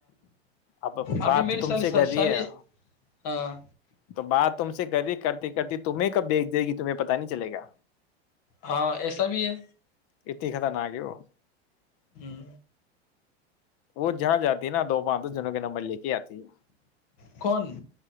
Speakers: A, on the left; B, on the left.
A: اب بات
B: ابھی میری
A: تم
B: سالی
A: سے کری
B: سالی
A: ہے
B: ہاں
A: تو بات ت چ کرتی کرتی کرتی تمہیں کب بییکھ دے گی تمہیں پتا نہیں چلےا
B: ہاں ایسا بھی ہے
A: ا ت خ تھاا نہ و
B: ہوں
A: وہ جہاں جاتی ہے نا دو پانچ جنوں کے نمبر لے کے آتی
B: کون